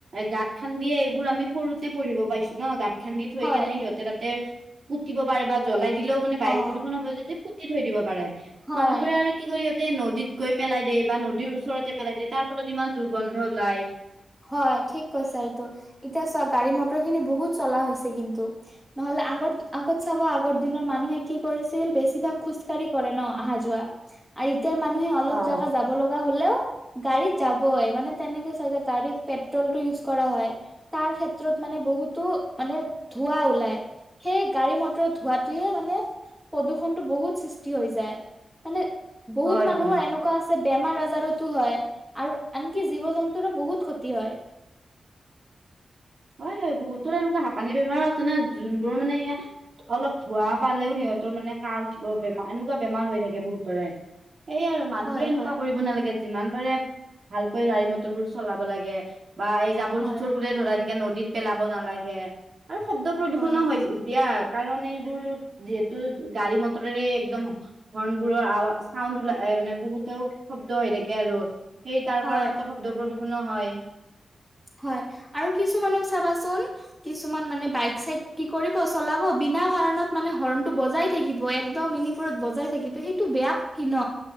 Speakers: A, on the right; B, in the centre.
A: গাঁত খান্দিয়ে এইবোৰ আমি সৰুতে পঢ়িব পাইছোঁ ন, গাঁত খান্দি থৈ
B: হয়
A: কিনে সিহঁতে তাতে পুতিব পাৰে বা জ্বলাই দিলেও মানে বায়ু
B: অ
A: প্ৰদূষণ হয় যদি পুতি থৈ দিব পাৰে।
B: হয়
A: মানুহবোৰে আৰু কি কৰে ই, নদীত গৈ পেলাই দিয়ে বা নদীৰ ওচৰতে পেলাই দিয়ে, তাৰ ফলত ইমান দুৰ্গন্ধ ওলায়।
B: হয়, ঠিক কৈছা এইটো, এতিয়া চাওঁক গাড়ী-মটৰ খিনি বহুত চলা হৈছে। কিন্তু নহ'লে আগত, আগত চাবা আগৰ দিনৰ মানুহে কি কৰিছিল, বেছিভাগ খোজকাঢ়ি কৰে ন আহা-যোৱা। আৰু, এতিয়া মানুহে অলপ
A: অ
B: জাগা যাব লগা হ'লেও, গাড়ীত যাবই। মানে তেনেকে চলি গড়ীতে পেট্ৰ'লটো ইউজ কৰা হয়। তাৰ ক্ষেত্ৰত মানে বহুতো মানে ধোঁৱা ওলাই। সেই গাড়ী-মটৰ ধোঁৱাটোৱে মানে প্ৰদূষণটো বহুত সৃষ্টি হৈ যায়। মানে, বহুত
A: হয়
B: মানুহৰ
A: হয়
B: এনেকুৱা এনেকুৱা আছে, বেমাৰ আজাৰতো হয় আৰু আনকি জীৱ-জন্তুৰো বহুত ক্ষতি হয়।
A: হয়, হয়, বহুতো তেনেকুৱা হাপানী বেমাৰো আছে না। যোনবোৰ মানে ইয়াত অলপ ধোঁৱা পালেও সিহঁতৰ মানে কাঁহ উঠিব, বেমাৰ এনেকুৱা বেমাৰ হৈ থাকে বহুতৰে। এই আৰু মানুহবোৰে
B: হয়,
A: এনেকুৱা
B: হয়,
A: কৰিব নালাগে, যিমান পাৰে ভালকৈ গাড়ী-মটৰবোৰ চলাব লাগে। বা এই জাবৰ-জোথৰবোৰে
B: হয়,
A: ধৰা এনেকে নদীত পেলাব নালাগে, আৰু শব্দ প্ৰদূষণো
B: হয়,
A: হৈছে। দিয়া কাৰণ, এইবোৰ যিহেতু গাড়ী-মটৰেৰে একদম হৰ্ণবোৰৰ আৱাছ চাউণ্ড ওলাই মানে বহুতেও শব্দ হৈ থাকে আৰু। সেই তাৰ
B: হয়,
A: কাৰণটো শব্দ প্ৰদূষনো হয়।
B: হয়, আৰু কিছুমানক চাবাচোন কিছুমান মানে বাইক চাইক কি কৰিব চলাব, বিনা কাৰণত মানে হৰ্ণটো বজাই থাকিব, একদম ইনি <unintelligible> বজাই থাকিব সেইটো বেয়া কথা ন'।